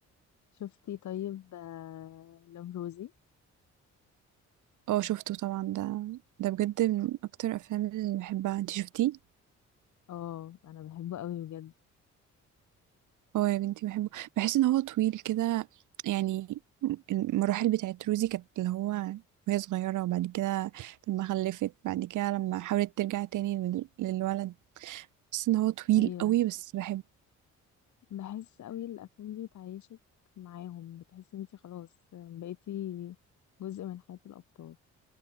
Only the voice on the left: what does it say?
شفتي طيب آه، لوف روزي
اه انا بحبه قوي بجد
ايوه
بحس قوي الافلام دي بتعيشك معاهم بتحسي انتي خلاص بقيتي جزء من حياة الابطال